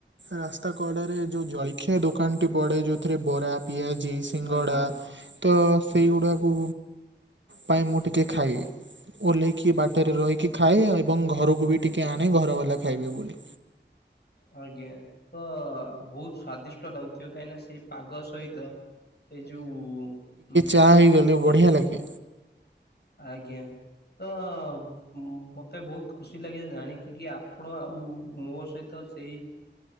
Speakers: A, on the right; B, on the left.
A: ରାସ୍ତା କଡରେ ଯୋଉ ଜଳିଖିଆ ଦୋକାନ ଟି ପଡେ ଯୋଉଥିରେ ବରା ପିଆଜି। ସିଙ୍ଗଡ଼ା
B: ଆଜ୍ଞା
A: ତ ସେଇଗୁଡ଼ାକୁ। ପାଇଁ ମୁଁ ଟିକେ ଖାଏ ଓହ୍ଲେଇକି ବାଟରେ ରହିକି ଖାଏ।। ଏବଂ ଘରୁକୁ ବି ଟିକେ ଆଣେ ଘର ବାଲା ଖାଇବେ ବୋଲି।
B: ଆଜ୍ଞା ତ ବହୁତ ସ୍ଵାଦିଷ୍ଟ ଲାଗୁଥିବ କାହିଁକି ନା ସେଇ ପାଗ ସହିତ। ସେଇ ଯୋଉ ଉଁ।
A: ତାହା ହେଇଗଲେ ବଢିଆ ଲାଗେ।
B: ଆଜ୍ଞା। ତ ମୁଁ ମତେ ବହୁତ ଖୁସି ଲାଗେ ଜାଣିକିକି ଆପଣ ଆଉ ମୋ ସହିତ। ତ ସେଇ